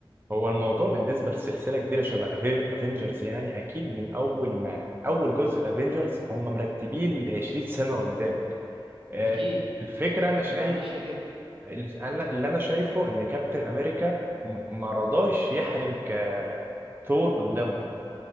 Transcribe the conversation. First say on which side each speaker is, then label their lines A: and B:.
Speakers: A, on the right; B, on the right.
A: هو الموضوع بالنسبة لسلسلة كبيرة شبه افنجرز يعني اكيد من اول ما اول جزء الافنجرز هم مرتبين ل 20 سنة قدام آه،
B: أكيد
A: الفكرة
B: مش
A: أنا
B: هتبقى
A: شايف
B: ماشية كده
A: اللي أنا اللي أنا شايفه إن كابتن أمريكا م- ما رضاش يحرج آه، ثور قدامهم